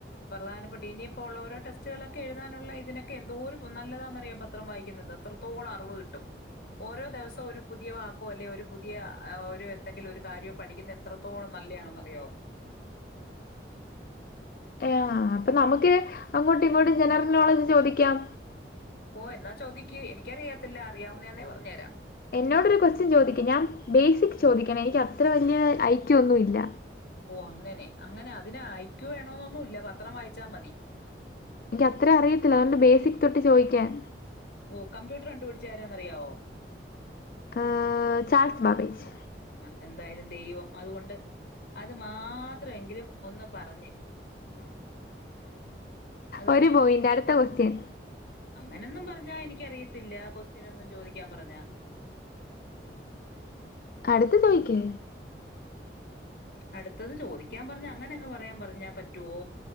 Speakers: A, on the left; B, on the left.
A: പ്രധാനപ്പെട്ട് ഇനിയിപ്പോ ഉള്ള ഓരോ ടെസ്റ്റുകളൊക്കെ എഴുതാനുള്ള ഇതിനൊക്കെ എന്തോരം നല്ലതാന്നറിയോ പത്രം വായിക്കുന്നത് അത്രത്തോളം അറിവ് കിട്ടും ഓരോ ദിവസം ഒരു പുതിയ വാക്കോ അല്ലെ ഒരു പുതിയ അ ഒരു എന്തെങ്കിലും ഒരു കാര്യം പഠിക്കിന്നെ എത്രത്തോളം നല്ലെയാണന്നറിയോ
B: എ ആ അ അ അപ്പൊ നമുക്ക് അങ്ങോട്ട് ഇങ്ങോട്ടും ജനറൽ നോളജ് ചോദിക്കാം
A: ഓ എന്നാ ചോദിക്കി എനിക്കറിയാത്തില്ല അറിയാവുന്നെആന്നെ പറഞ്ഞ്തരാം
B: എന്നോടൊരു ക്വസ്റ്റ്യൻ ചോദിക്കി ഞാൻ ബേസിക് ചോദിക്കണേ എനിക്ക് അത്ര വലിയ ഐക്യു ഒന്നുഇല്ല
A: ഓ അങ്ങനെ അങ്ങനെ അതിന് ഐക്യു വേണോന്നൊന്നും ഇല്ല പത്രം വായിച്ചാ മതി
B: എനിക്ക് അത്രേ അറിയത്തില്ല അതുകൊണ്ട് ബേസിക് തൊട്ട് ചോദിക്കാൻ
A: ഓ കമ്പ്യൂട്ടർ കണ്ടു പിടിച്ചേ ആരാന്ന്അറിയാവോ
B: ആ ചാൾസ് ബാബേജ്
A: ആ എന്തായാലും ദൈവം അതുകൊണ്ട് അത് മാത്രം എങ്കിലും ഒന്ന് പറഞ്ഞ് അത്
B: ഒരു പോയിന്റ് അടുത്ത ക്വസ്റ്റ്യൻ
A: അങ്ങനൊന്നും പറഞ്ഞാ എനിക്കറിയത്തില്ല ക്വസ്റ്റ്യൻ ഒന്നും ചോദിക്കാൻ പറഞ്ഞ
B: അടുത്തെ ചോദിക്ക്
A: അടുത്തത് ചോദിക്കാൻ പറഞ്ഞ് അങ്ങനെ അങ്ങ് പറയാൻ പറഞ്ഞാ പറ്റുവോ